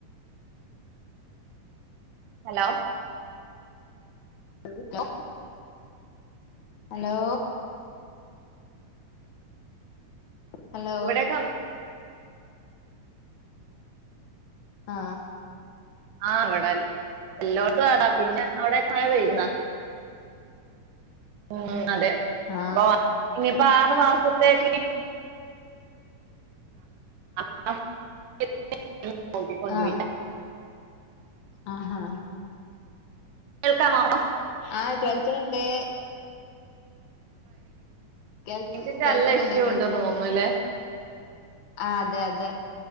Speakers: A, on the right; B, on the left.
A: ഹലോ
B: <unintelligible> ഹലോ ഹലോ
A: ഇവിടെയൊക്കെ
B: ആഹ്
A: ആഹ് അവ്ടൽ എല്ലോട്ത്യു ആതാ പിന്നെ അവ്ടെക് മഴ പെയ്തോ ഉം അതെ
B: ആഹ്
A: പ്പൊ ഇനിപ്പൊ ആറ് മാസത്തേക്കി <unintelligible>
B: ആഹ് ആഹാ
A: കേൾക്കാമോ
B: ആഹ് കേൾക്ക്ണ് ണ്ട് കേൾക്
A: റേഞ്ചിന്റെ
B: കേൾക്ക്ന്ന്ണ്ട്
A: നല്ല ഇഷ്യൂ
B: കേൾക്ക്ന്ന്ണ്ട്.
A: ഉണ്ടെന്ന് തോന്നുന്നുല്ലേ
B: ആ അതെ അതെ